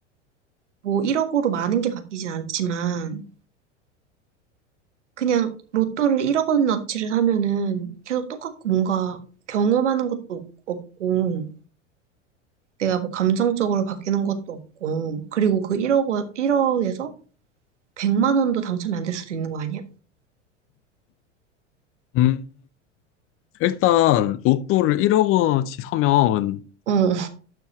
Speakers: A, on the right; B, on the left.
A: 뭐 1억으로 많은 게 바뀌진 않지만 그냥 로또를 1억 원어치를 사면은 계속 똑같고 뭔가 경험하는 것도 없- 없고 내가 뭐 감정적으로 바뀌는 것도 없고 그리고 그 1억 원 1억에서 100만 원도 당첨이 안 될 수도 있는 거 아니야?
B: 음. 일단, 로또를 1억어치 사면
A: 어,